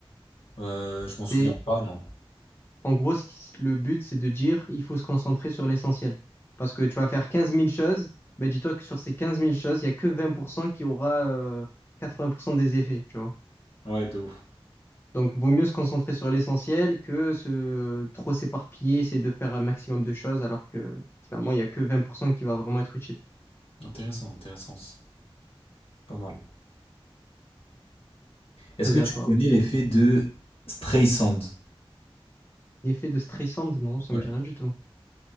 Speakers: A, on the left; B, on the left.
A: Euh, je m'en souviens
B: C'est
A: pas, non.
B: En gros, ce qui- le but, c'est de dire, il faut se concentrer sur l'essentiel. Parce que tu vas faire quinze mille choses, mais dis-toi que sur ces quinze mille choses, il n'y a que 20% qui aura euh, 80% des effets, tu vois.
A: Ouais, de ouf.
B: Donc, vaut mieux se concentrer sur l'essentiel que se euh, trop s'éparpiller, essayer de faire un maximum de choses, alors que finalement, il n'y a que 20% qui va vraiment être utile.
A: Intéressant, intéressant. C'est Pas mal. Est-ce
B: Vas-y,
A: que tu
B: à toi.
A: connais l'effet de Streisand?
B: L'effet de stressante, non, ça
A: Ouais.
B: me dit rien du tout.